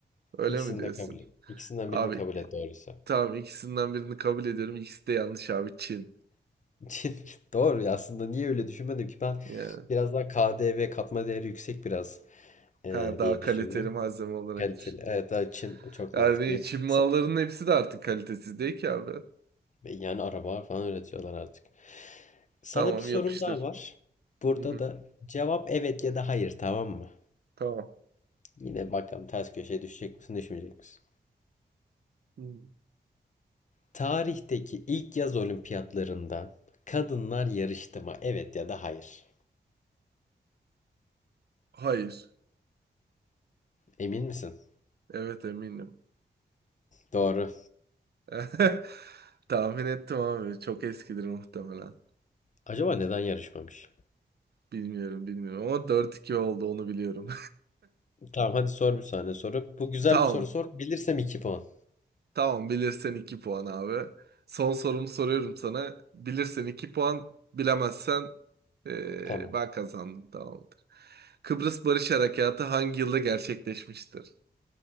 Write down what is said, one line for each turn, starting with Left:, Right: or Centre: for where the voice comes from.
Right: Öyle
Left: İkisini
Right: mi diyorsun?
Left: de kabul et. İkisinden
Right: Abi
Left: birini kabul et doğruysa.
Right: Tamam ikisinden birini kabul ediyorum. İkisi de yanlış abi Çin.
Left: <laughs> Doğru ya aslında niye öyle düşünmedim ki ben
Right: Yani
Left: biraz daha KDV katma değeri yüksek biraz e,
Right: ha daha
Left: diye
Right: kaliteli
Left: düşündüm.
Right: malzeme olarak
Left: Kaliteli.
Right: düşündüm.
Left: Evet daha Çin çok
Right: Yani
Left: mantıklı.
Right: Çin mallarının
Left: Sa-
Right: hepsi de artık kalitesiz değil ki abi.
Left: Yani araba falan üretiyorlar artık. Sana
Right: Tamam
Left: bir sorum
Right: yapıştır.
Left: daha var. Burada
Right: Hı hı,
Left: da cevap evet ya da hayır tamam mı?
Right: tamam.
Left: Yine bakalım ters köşeye düşecek misin düşmeyecek misin?
Right: Hı hı.
Left: Tarihteki ilk yaz olimpiyatlarında kadınlar yarıştı mı? Evet ya da hayır.
Right: Hayır.
Left: Emin misin?
Right: Evet eminim.
Left: Doğru.
Right: <laughs> Tahmin ettim abi. Çok eskidir muhtemelen.
Left: Acaba neden yarışmamış?
Right: Bilmiyorum bilmiyorum ama dört iki oldu onu biliyorum.
Left: Tamam hadi sor bir saniye soru. Bu güzel
Right: <laughs> Tamam
Left: bir soru sor. Bilirsem 2 puan.
Right: Tamam bilirsen 2 puan abi. Son sorumu soruyorum sana. Bilirsen 2 puan, bilemezsen eee,
Left: Tamam.
Right: ben kazandım. Tamamdır. Kıbrıs Barış Harekatı hangi yılda gerçekleşmiştir?